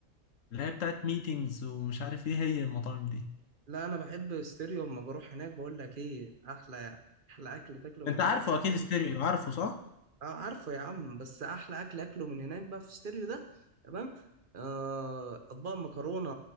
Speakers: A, on the left; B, on the right.
A: اللي هي بتاعت ميتينجز ومش عارف ايه هي المطاعم دي
B: لا انا بحب ستيريو اما بروح هناك بقول لك ايه احلى احلى اكل تاكله من
A: انت
B: هناك
A: عارفه اكيد كان ستيريو عارفه صح
B: اه عارفه يا عم بس احلى اكل اكله من هناك بقى في ستيريو ده تمام آه اطباق مكرونه